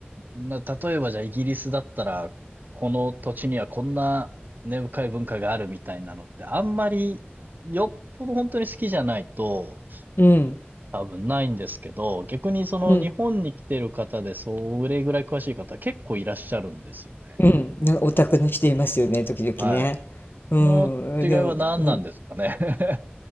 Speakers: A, on the right; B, on the left.
A: な、例えばじゃあイギリスだったら、この土地にはこんな根深い文化があるみたいなのって、あんまりよっぽど本当に好きじゃないと
B: うん。
A: 多分ないんですけど、逆にその日本に来てる方でそれぐらい詳しい方結構いらっしゃるんですよね。
B: うん。うん、なオタクの人いますよね、時々ね。
A: はい。
B: う
A: この違いは何なんですかね。
B: ん、でも、うん、
A: <laughs>